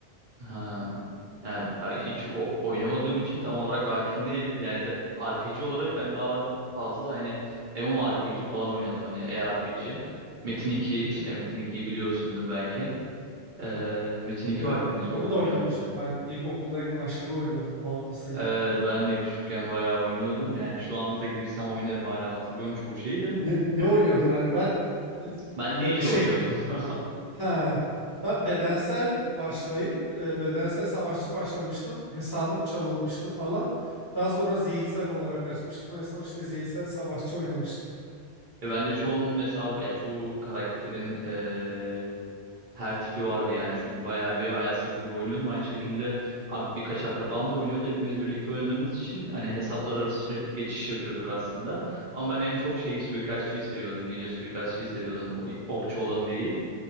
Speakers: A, on the right; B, on the left.
A: Ha. Yani ben hiç o- oynamadığım için tam olarak hakim değilim. Yani da- RPG olarak ben daha fazla hani MMORPG falan oynadım hani ERPG. Metin 2 işte
B: Yani
A: Metin 2'yi biliyorsundur belki. Ee, Metin
B: biliyorum.
A: 2 vaktinde çok
B: Onu da
A: oynamıştım.
B: oynamıştım ben ilkokuldayken aşırı oynuyordum bağımlısıydım.
A: Evet ben de küçükken bayağı oynuyordum. Yani şu anda da girsem oynarım hala hatırlıyorum çoğu şeyi de.
B: Ne, ne oynuyordun hani ben
A: Ben Ninja
B: Be- şey
A: oynuyordum. <laughs>
B: Ha, ben bedensel başlayıp e, bedensel savaşçı başlamıştım. Hesabım çalınmıştı falan. Daha sonra zihinsel olarak açmıştım. En son işte zihinsel savaşçı oynamıştım.
A: E ben de çoğunun hesabı, ya çoğu karakterin ee, her tipi vardı yani çünkü bayağı bir ayarsız gibi oynuyordum. Aynı şekilde ak- birkaç akrabam da oynuyordu. Hepimiz birlikte oynadığımız için hani hesaplar arası sürekli geçiş yapıyorduk aslında. Ama ben en çok şeyi suikastçıyı seviyordum. Ninja suikastçıyı seviyordum. O- Okçu olan değil.